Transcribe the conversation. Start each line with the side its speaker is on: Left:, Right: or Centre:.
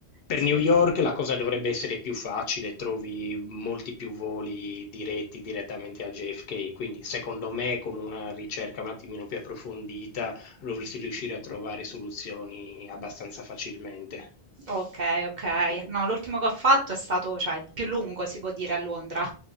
Left: Per
Right: Sì.
Left: New York la cosa dovrebbe essere più facile, trovi molti più voli diretti direttamente al JFK, quindi secondo me con una ricerca un attimino più approfondita dovresti riuscire a trovare soluzioni abbastanza facilmente.
Right: Okay, okay. No, l'ultimo che ho fatto è stato cioè il più lungo si può dire a Londra.